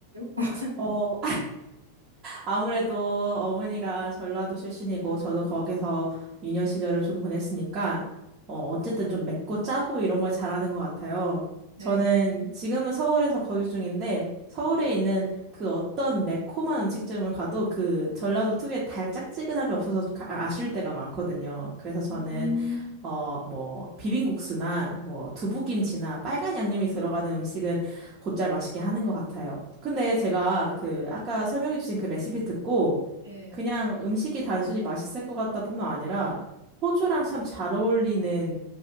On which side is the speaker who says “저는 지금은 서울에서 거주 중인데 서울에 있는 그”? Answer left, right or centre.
Right